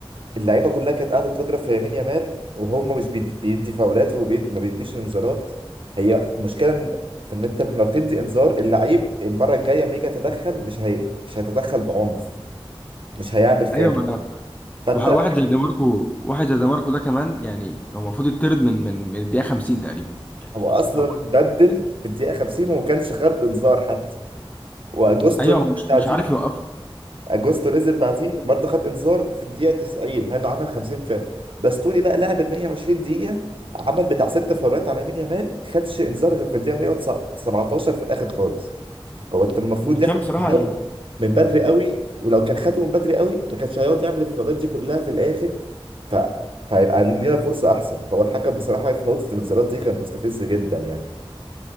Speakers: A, on the right; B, on the left.
A: اللعيبه كلها كانت قاعده تضرب في يمين يامال وهم مش بيد- بيدي فاولات وما بيديش انذارات هي المشكله إن- في ان انت لما بتدي انذار اللعيب المره الجايه لما يجي يتدخل مش هي مش هيتدخل بعنف مش هيعمل فاول
B: ايوه ما أنا-
A: فانت
B: وه- واحد زي ديماركو واحد زي ديماركو ده كمان يعني هو المفروض يطرد من من من الدقيقة 50 تقريبا يعني
A: هو اصلا
B: هو
A: بدل في الدقيقه 50 وما كانش خد انذار حتى واجوستو
B: ايوه هو مش
A: بتاع
B: مش
A: دي
B: عارف يوقفه
A: اجوستو نزل بعديه برضه خد انذار في الدقيقه 90 مع انه عمل 50 فاول باستوني بقى لعب ال 120 دقيقه عمل بتاع ست فاولات على يمين يامال خدش انذار غير في الدقيقه 117 في الاخر خالص هو انت المفروض
B: انا مش
A: ياخد
B: عارف بصراحه
A: انذار
B: يعني
A: من بدري قوي ولو كان خده من بدري قوي ما كانش هيقعد يعمل الفاولات دي كلها في الاخر ف فهيبقى لينا فرصه احسن فهو الحكم بصراحه في نقطه الانذارات دي كان مستفز جدا يعني